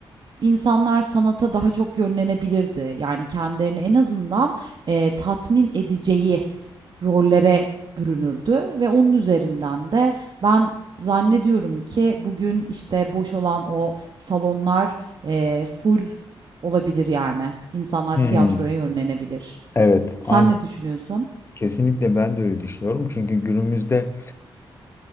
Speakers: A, on the right; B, on the left.
A: İnsanlar sanata daha çok yönlenebilirdi. Yani kendilerini en azından, eee, tatmin edeceği rollere bürünürdü ve onun üzerinden de ben zannediyorum ki bugün, işte, boş olan o salonlar, eee, full olabilir yani. İnsanlar
B: Hmm,
A: tiyatroya yönlenebilir.
B: Evet,
A: Sen
B: aynı.
A: ne düşünüyorsun?
B: Kesinlikle ben de öyle düşünüyorum. Çünkü günümüzde